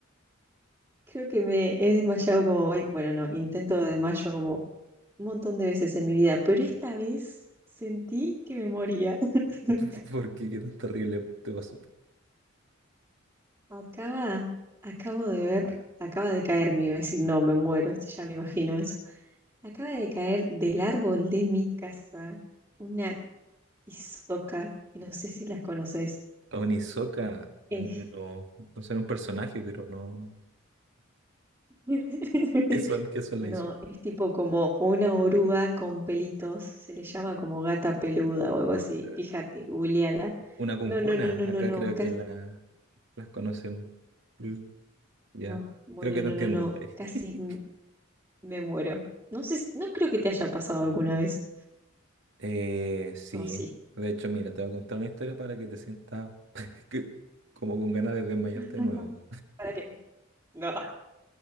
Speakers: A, on the right; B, on the right.
A: Creo que me he desmayado como, vein- bueno, no, intento desmayo como un montón de veces en mi vida, pero esta vez sentí que me moría. <laughs>
B: <laughs> ¿Por qué? ¿Qué tan terrible te pasó?
A: Acaba, acabo de ver, acaba de caer, me iba a decir, no, me muero, si ya me imagino eso. Acaba de caer del árbol de mi casa una y Sokka, que no sé si las conoces.
B: Onisoka, no,
A: Eh,
B: no sé, era un personaje, pero no.
A: <laughs>
B: ¿Qué son? ¿Qué son
A: No,
B: las Isoka?
A: es tipo como una oruga con pelitos, se le llama como gata peluda o algo así.
B: Eh,
A: Fíjate, googleala.
B: Una cuncuna,
A: No, no, no, no,
B: acá
A: no, no.
B: creo
A: Casi.
B: que la, las conocemos. Mm. Ya,
A: no, Bueno,
B: creo que
A: no,
B: te entiendo.
A: no, no. Casi
B: <laughs>
A: m- me muero. No sé, si- no creo que te haya pasado alguna vez.
B: Eh, sí,
A: O sí.
B: de hecho, mira, te voy a contar una historia para que te sientas <laughs> que- como con ganas de desmayarte
A: Ujú.
B: de nuevo.
A: ¿Para qué? No.